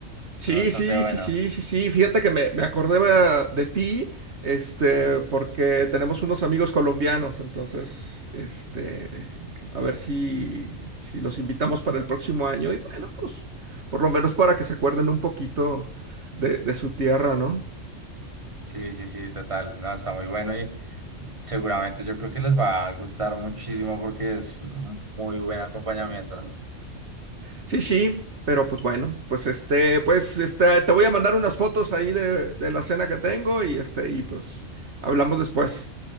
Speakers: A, on the right (about 60°); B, on the right (about 25°).
A: Sí,
B: Está bastante
A: sí,
B: bueno.
A: sí, sí, sí, sí. Fíjate que me, me acordé va- de ti, este, porque tenemos unos amigos colombianos, entonces, este, a ver si, si los invitamos para el próximo año y bueno, pues, por lo menos para que se acuerden un poquito de, de su tierra, ¿no?
B: Sí, sí, sí, total. No, está muy bueno y seguramente yo creo que les va a gustar muchísimo porque es muy buen acompañamiento.
A: Sí, sí, pero pues bueno, pues este, pues este, te voy a mandar unas fotos ahí de, de la cena que tengo y este, y pues hablamos después.